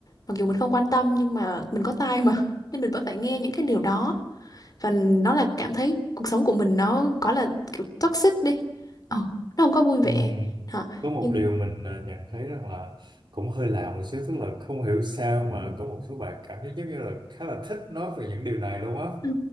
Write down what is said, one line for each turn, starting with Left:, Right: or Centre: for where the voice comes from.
Left: Mặc dù mình không quan tâm nhưng mà mình có tai mà <laughs> nên mình vẫn phải nghe những cái điều đó và nó là cảm thấy cuộc sống của mình nó có là kiểu toxic đi. Ờ, nó không có vui vẻ.
Right: Ừm,
Left: Họ
Right: Có một
Left: nhưng
Right: điều mình à, nhận thấy rằng là cũng hơi lạ một xíu tức là không hiểu sao mà có một số bạn cảm thấy giống như là khá là thích nói về những điều này luôn á
Left: ừ,